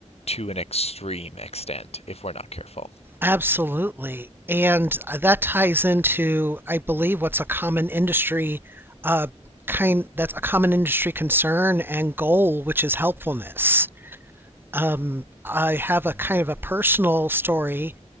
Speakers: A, on the left (about 60°); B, on the right (about 15°).
A: to an extreme extent if we're not careful.
B: absolutely, and that ties into, I believe, what's a common industry uh, kind that's a common industry concern and goal, which is helpfulness. Um, I have
A: Mm,
B: a kind of a personal story